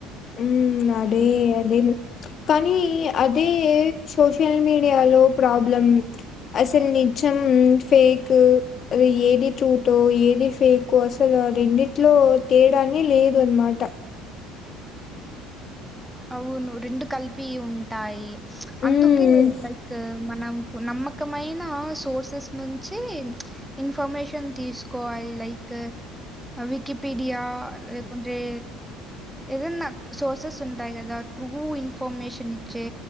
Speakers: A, on the left; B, in the centre.
A: ఉ అదే అదే కానీ అదే సోషల్ మీడియాలో ప్రాబ్లం అసలు నిజం ఫేక్ అది ఏది ట్రూత్ ఏది ఫేక్ అసలు రెండిట్లో తేడాన్ని లేదు అన్మాట
B: అవును రెండు కలిపి ఉంటాయి
A: హ్మ్
B: అందుకే లైక్ మనం నమ్మకమైన సోర్సెస్ నుంచి ఇన్ఫర్మేషన్ తీసుకోవాలి లైక్ వికీపీడియా లేకు టె ఏదన్నా సోసస్ ఉంటాయి కదా ట్రూ ఇన్ఫర్మేషన్ ఇచ్చే